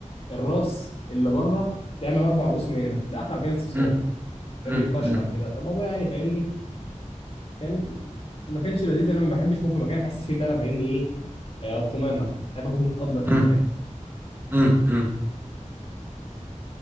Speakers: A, on the left; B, on the right.
A: الراس اللي بره تعمل اربع رؤوس من هنا ده احلى مكان استثمار
B: مم. مم.
A: كان بيتفشخر
B: مم.
A: كده فالموضوع يعني فاهمني كان ما كانش لذيذ انا ما بحبش اكون في مكان احس فيه ان انا فاهمني ايه آه، قمامه بحب اكون متقدر في
B: مم.
A: المكان
B: مم. مم.